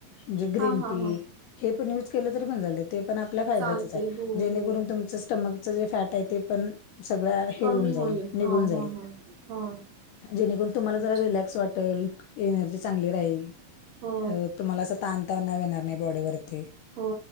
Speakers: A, on the left; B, on the right.
A: म्हणजे ग्रीन
B: हा हा
A: टी
B: हा
A: हे पण यूज केलं तरी पण चालतंय ते पण आपल्या फायद्याचंच
B: चालते
A: आहे
B: हो
A: जेणेकरून
B: हो
A: तुमच स्टमकचं जे फॅट हाय ते पण सगळं हे
B: कमी
A: हुन जाईल
B: होईल
A: निघून
B: हा
A: जाईल.
B: हा हा हा
A: जेणेकरून तुम्हाला
B: अच्छा
A: जरा रिलॅक्स वाटल एनर्जी चांगली राहील
B: हो
A: अ तुम्हाला असं ताण तनाव येणार नाही बॉडीवरती.
B: हो